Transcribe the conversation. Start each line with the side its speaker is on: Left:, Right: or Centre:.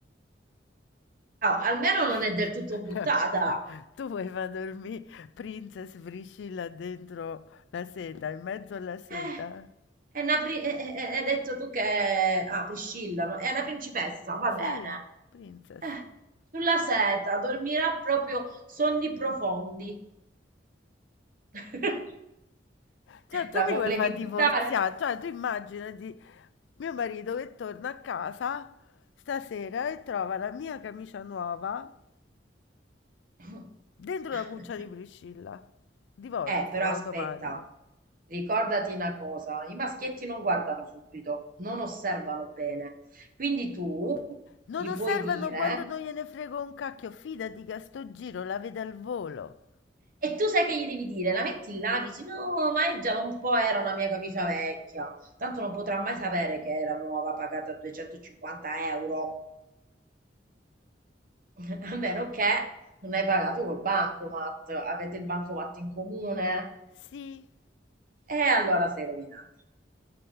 Right: Ah, almeno non
Left: <laughs>
Right: è del tutto buttata.
Left: Tu vuoi far dormire Princess Priscilla dentro la seta, in mezzo alla seta?
Right: Eh, è una pri- eh, eh, eh, hai detto tu che... Ah, Priscilla, no? è una principessa, va
Left: Sì,
Right: bene.
Left: Princess.
Right: Eh, sulla seta, dormirà proprio sonni profondi. <laughs>
Left: Cioè, tu
Right: La
Left: mi
Right: volevi
Left: vuoi far divorziare?
Right: buttare?
Left: Cioè, tu immaginati mio marito che torna a casa stasera e trova la mia camicia nuova
Right: <laughs>
Left: dentro la cuccia di Priscilla. Divorzio
Right: Eh, però
Left: automatico.
Right: aspetta, ricordati una cosa, i maschietti non guardano subito, non osservano bene. Quindi tu
Left: Non
Right: gli
Left: osservano
Right: puoi dire,
Left: quando non gliene frego un cacchio, fidati che a sto giro la vede al volo.
Right: e tu sai che gli devi dire, la metti là, dici no, ma è già da un po' era una mia camicia vecchia, tanto non potrà mai sapere che era nuova, pagata 250 euro, <laughs> a meno che non hai pagato col bancomat, avete il bancomat in comune,
Left: Sì,
Right: e allora sei rovinata.